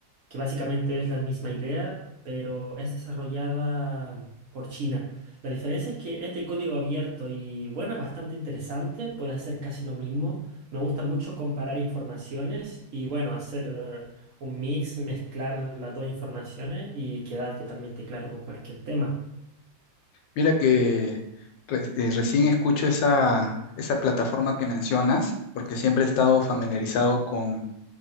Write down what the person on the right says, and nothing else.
que básicamente es la misma idea, pero es desarrollada por China. La diferencia es que es de código abierto y bueno, es bastante interesante, puede hacer casi lo mismo. Me gusta mucho comparar informaciones y bueno, hacer eh, un mix, mezclar las dos informaciones y quedar totalmente claro con cualquier tema.